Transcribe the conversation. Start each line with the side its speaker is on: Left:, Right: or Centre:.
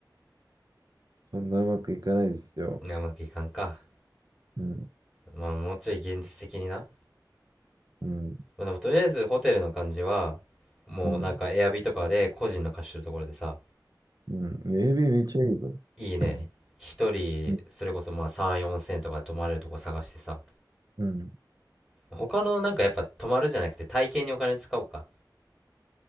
Right: そんなうまくいかないですよ。
Centre: いやうまくいかんか。
Right: うん、
Centre: まあ、もうちょい現実的にな。
Right: うん、
Centre: まあ、でも、とりあえずホテルの感じは、もうなんかエアビとかで個人の貸してるところでさ、
Right: うん、うん。AB めっちゃいいぞう
Centre: いいね。一人、
Right: ん、
Centre: それこそまあ3、4千とかで泊まれるとこ探してさ。
Right: うん。
Centre: 他のなんかやっぱ泊まるじゃなくて体型にお金使おうか。